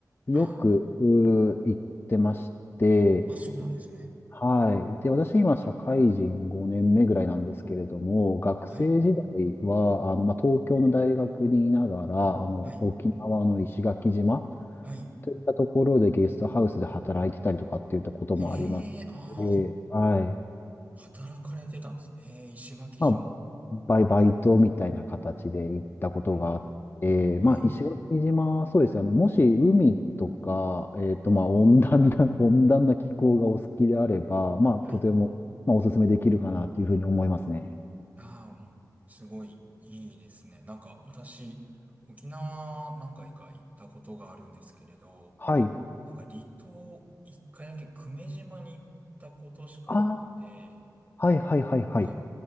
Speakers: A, on the left; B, on the right.
A: よく、
B: あ
A: うー行ってまして、
B: あ、あ、そうなんですね。
A: はい。で、私、今、社会人5年目ぐらいなんですけれども、学生時代は、
B: はい。
A: あの、まあ、東京の大学にいながら、あの、
B: はい。
A: 沖縄の石垣島
B: はい。
A: といったところでゲストハウスで働いてたりとかっていったこともあります
B: ええ、あ
A: し、はい。
B: あ、働かれてたんです。ええ、石垣島。
A: まあ、バイバイトみたいな形で行ったことがあって、
B: うん。はい。
A: まあ、石垣島、そうですね。あの、もし海とか、えっと、まあ、温暖な、<laughs> 温暖な気候がお好きであれば、まあ、
B: はい。
A: とても、まあ、お勧めできるかなというふうに思いますね。
B: ああ、うんすごいいいですね。なんか私、沖縄何回か行ったことがあるんですけれど、
A: はい。
B: なんか離島一回だけ久米島に行ったことしかなくて、
A: ああ、はいはいはいはい。
B: なんか